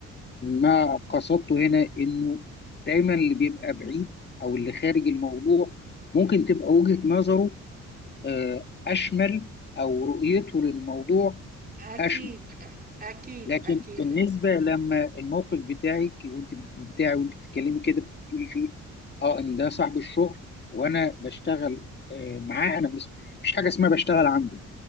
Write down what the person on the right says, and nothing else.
اكيد
اكيد
اكيد